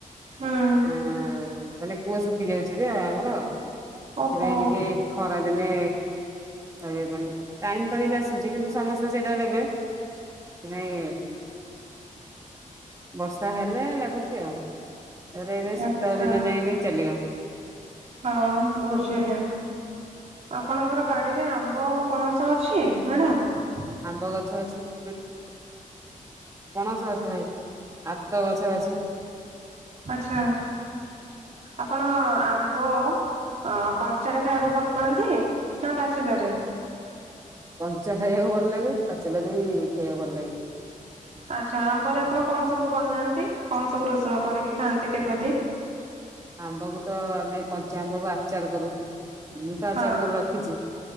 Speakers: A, on the right; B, on the right.
A: ହୁଁ
B: ଆ ମାନେ କୂଅ ଶୁଖି ଯାଉଛି ଯେ ଆମର, ସେଥିପାଇଁ
A: ଓହୋ
B: ଟିକେ ଖରାଦିନେ ଟାଇମ ଟାଇମ ଆସୁଛି, କିନ୍ତୁ ସମସ୍ତେ ସେଇଟା ନେବେ ସେ ନାଇ, ବର୍ଷା ହେଲେ ଲାଗୁଛି ଆଉ ଏବେ ଶୀତ
A: ଆଚ୍ଛା।
B: ଦିନ ଯାଇଏ ବି ଚାଲିବ <unintelligible>
A: ହଁ ବୁଝିଲି। ଆପଣଙ୍କର ବାଡିରେ ଆମ୍ବ ପଣସ ଅଛି, ମ୍ୟାଡାମ -?
B: ଆମ୍ବ ଗଛ ଅଛି, ପିଜୁଳି ଗଛ ଅଛି, ପଣସ ଗଛ ନାହିଁ ଆତ ଗଛ ଅଛିି
A: ଆଛା, ଆପଣ ଆମ୍ବ ଅ କଞ୍ଚା ଖାଇବାକୁ ଭଲ ପାଆନ୍ତି ନା ପାଚିଲାରେ
B: କଞ୍ଚା ଖାଇବାକୁ ଭଲ ଲାଗେ, ପାଚିଲା ବି ଖାଇବାକୁ ଭଲ ଲାଗେ ।
A: ଆଚ୍ଛା ଆମ୍ବରେ ଆପଣ କଣ ସବୁ ବନାନ୍ତି କଣ ସବୁ ରେସିପି କରିକି ଖାଆନ୍ତି କେମିତି?
B: ଆମ୍ବକୁ ତ ଆମେ କଞ୍ଚା ଆମ୍ବ କୁ ଆଚାର କରୁ, ମୁଁ ତ
A: ହଁ
B: ଆଚାର କରି ରଖିଛି